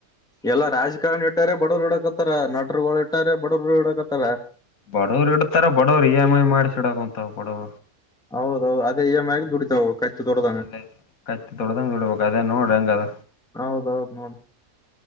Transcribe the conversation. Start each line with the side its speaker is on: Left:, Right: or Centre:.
Centre: ಎಲ್ಲಾ ರಾಜಕಾರಣಿ ಇಟ್ಟಾರೆ ಬಡವರು ಹುಡಕತ್ತರ ನಟರುಗಳು ಇಟ್ಟಾರೆ ಬಡವರು ಹು ಡಾಕತ್ತಾರ
Left: ಬಡವರು ಇಡ್ತಾರ ಬಡವ ಇ ಎಮ್ ಐ ಮಾಡಿಸಿ ಈಡಾಕತ್ತಾವ್ ಬಡವ
Centre: ಹೌದೌದು ಅದೇ ಇ ಎಮ್ ಐ ದುಡಿತಾವ ಕತ್ತಿ ದೊಡ್ದಂಗ
Left: ಅದೇ ಕತ್ತಿ ತೊಡ್ದಂಗ ದುಡಿಬೇಕ್ ಅದೇ ನೋಡ ಹೆಂಗ್ ಅದ
Centre: ಹೌದೌ ಹೌದ ನೋಡ.